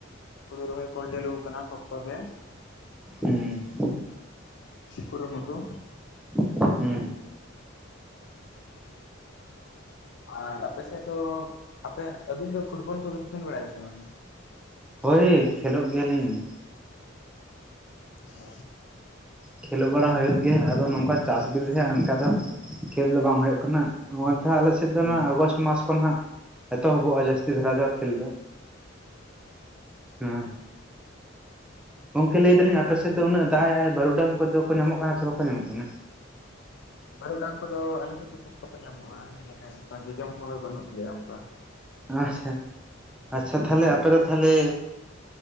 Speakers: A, on the left; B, in the centre.
A: ᱦᱩᱲᱤ ᱨᱚᱦᱚᱭ ᱠᱚ ᱪᱟᱹᱞᱩᱣ ᱟᱠᱟᱱᱟ ᱥᱚᱠᱛᱚ ᱜᱮ ᱾
B: ᱦᱮᱸ ᱾
A: ᱠᱩᱨᱩᱢᱩᱴᱩ ᱾
B: ᱦᱩᱸ ᱾
A: ᱟᱨ ᱟᱯᱮ ᱥᱮᱫ ᱫᱚ ᱟᱯᱮ ᱟᱹᱵᱤᱱ ᱫᱚ ᱯᱷᱩᱴᱵᱚᱞ ᱠᱚᱵᱤᱱ ᱠᱷᱮᱞ ᱵᱟᱲᱟᱭᱟ ᱥᱮ ᱵᱟᱝ?
B: ᱦᱳᱭ ᱠᱷᱮᱞᱳᱜ ᱜᱮᱭᱟᱞᱤᱧ᱾
A: ᱚ ᱾
B: ᱠᱷᱮᱞᱳ ᱵᱟᱲᱟ ᱦᱩᱭᱩᱜ ᱜᱮᱭᱟ ᱟᱫᱚ ᱱᱚᱝᱠᱟ ᱪᱟᱥ ᱚᱱᱠᱟ ᱫᱚ ᱾ ᱠᱷᱮᱞ ᱫᱚ ᱵᱟᱝ ᱦᱩᱭᱩᱜ ᱠᱟᱱᱟ
A: ᱦᱮᱸ
B: ᱚᱱᱟᱛᱮ ᱟᱞᱮ ᱥᱮᱫ ᱫᱚ
A: ᱦᱮᱸ
B: ᱱᱚᱣᱟ ᱟᱜᱚᱥᱴ ᱢᱟᱥ ᱠᱷᱚᱱ ᱱᱷᱟᱜ ᱾ ᱮᱛᱚᱦᱚᱵᱚᱜᱼᱟ ᱡᱟᱥᱛᱤ ᱫᱷᱟᱨᱟ ᱠᱷᱮᱞ ᱫᱚ ᱾
A: <unintelligible>
B: ᱦᱮᱸ ᱾ ᱜᱚᱝᱠᱮ ᱞᱟᱹᱭ ᱫᱟᱞᱤᱧ ᱟᱯᱮ ᱥᱮᱫ ᱫᱚ ᱩᱱᱟᱹᱜ ᱮ ᱫᱟᱜ ᱮᱟᱭ ᱵᱟᱹᱨᱩᱰᱟᱝ ᱠᱚᱫᱚ ᱠᱚ ᱧᱟᱢᱚᱜ ᱠᱟᱱᱟ ᱥᱮ ᱵᱟᱠᱚ ᱧᱟᱢᱚᱜ ᱠᱟᱱᱟ?
A: ᱵᱟᱹᱨᱩ ᱰᱟᱝ ᱠᱚᱫᱚ ᱟᱞᱮ ᱥᱮᱫ ᱫᱚ ᱥᱚᱠᱛᱚ ᱠᱚ ᱧᱟᱢᱚᱜᱼᱟ ᱦᱮᱸ ᱚᱱᱠᱟ ᱡᱚᱡᱚᱢ ᱦᱚᱸ ᱵᱟᱹᱱᱩᱜ ᱞᱮᱭᱟ ᱚᱱᱠᱟ ᱾
B: ᱟᱪᱪᱷᱟ ᱟᱪᱪᱷᱟ ᱛᱟᱦᱞᱮ ᱟᱯᱮ ᱫᱚ ᱛᱟᱦᱞᱮ